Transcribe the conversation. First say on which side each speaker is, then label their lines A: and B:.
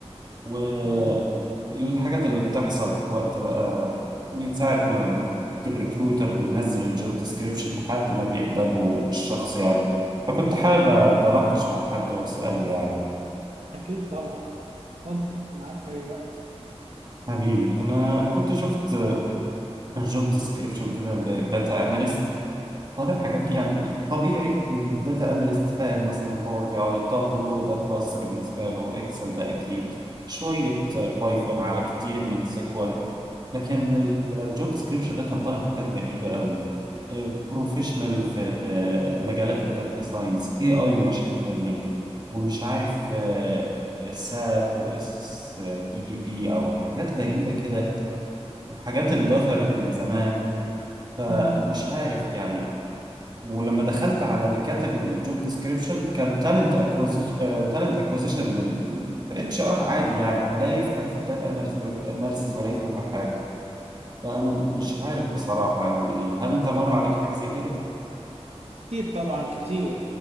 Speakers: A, on the right; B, on the right.
A: والحاجات
B: مم.
A: اللي بتحصل في وقت بقى من ساعة ما الريكروتر بينزل الجوب ديسكريبشن لحد ما بيقبله الشخص يعني فكنت حابب أتناقش مع حد وأسأله يعني
B: اكيد طبعا اتفضل معاك في اي وقت
A: حبيبي انا كنت شفت جوب ديسكريبشن كده للداتا اناليست طالب حاجات
B: مم.
A: كده يعني طبيعي الداتا اناليست فاهم مثلا باور بي اي تابلو ده بلس بالنسبه له اكسل ده اكيد شويه بايثون على كتير من سيكوال لكن الجوب ديسكريبشن ده كان طالب حاجات غريبه قوي بروفيشنال في مجالات الداتا ساينس اي اي وماشين ليرنينج ومش عارف ساب واس بي بي او حاجات غريبه كده وحاجات اتدثرت من زمان فمش
B: مم.
A: عارف يعني ولما دخلت على اللي كاتب الجوب ديسكريبشن كان تالنت اكوزيشن تالنت اكوزيشن من اتش ار عادي يعني لا يفهم في الداتا اناليسيز ولا يفهم في حاجه فانا مش عارف بصراحه يعني هل انت مر عليك حاجه زي كده؟
B: اكيد طبعا كتير